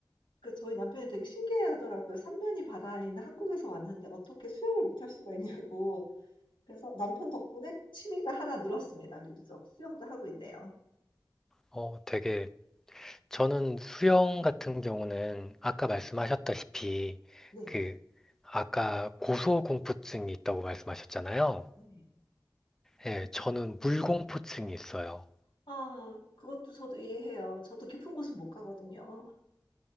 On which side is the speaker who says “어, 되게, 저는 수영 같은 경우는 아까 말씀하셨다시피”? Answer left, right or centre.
Centre